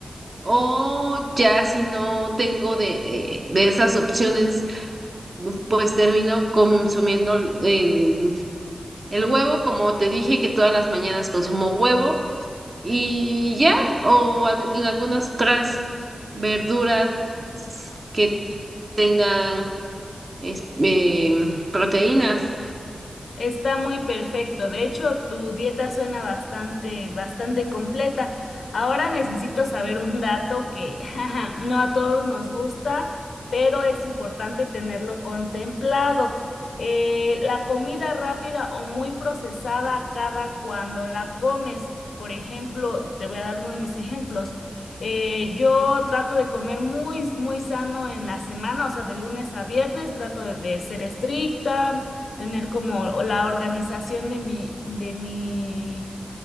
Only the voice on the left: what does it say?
Está muy perfecto. De hecho, tu dieta suena bastante, bastante completa. Ahora necesito saber un dato que <laughs> jaja, no a todos nos gusta, pero es importante tenerlo contemplado. Eh, la comida rápida o muy procesada cada cuando la comes. Por ejemplo, te voy a dar uno de mis ejemplos. Eh, yo trato de comer muy, muy sano en la semana, o sea, de lunes a viernes, trato de de ser estricta tener como la organización de mi, de mi,